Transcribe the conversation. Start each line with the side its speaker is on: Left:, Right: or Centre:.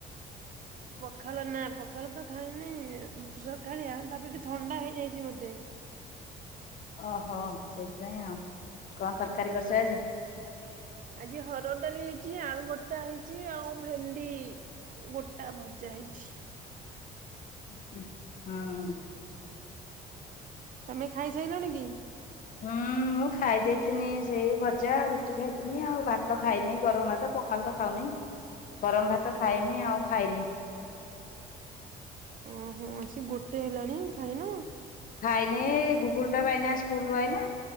Right: ଓକ <unintelligible> ପଖାଳ ନା ପଖାଳ ତ ଖାଇନହିଁ ସଖାଳିଆ। ତାପରେ ଟିକେ ଥଣ୍ଡା ହେଇଯାଇଛି ମତେ।
Left: ଓହୋ ସେଇଥିପାଇଁ ଆଉ କଣ ତରକାରୀ କରିଛ ଆଜି?
Right: ଆଜି ହରଡ଼ ଡାଲି ହେଇଛି, ଆଳୁ ଭର୍ତ୍ତା ହେଇଛି, ଆଉ ଭେଣ୍ଡି। ଗୋଟା ଭଜା ହେଇଛି।
Left: ହଁ ହୁଁ। ହଁ
Right: ତୁମେ ଖାଇସାରିଲଣି କି?
Left: ହୁଁ ମୁଁ ଖାଇଦେଇଥିଲି ସେଇ ଭଜା, ରୁଟି ଖାଇଥିଲି, ଆଉ ଭାତ ଖାଇନି ଗରମ ଭାତ। ପଖାଲ ତ ଖାଉନି ଗରମ ଭାତ ଖାଇମି ଆଉ ଖାଇନି।
Right: ଓହୋ ସେ ଗୋଟେ ହେଲାଣି ଖାଇନ।
Left: ଖାଇନି ଗୁଗୁଲ ଟା ବାଇନା ସ୍କୁଲ ଆଇଲା।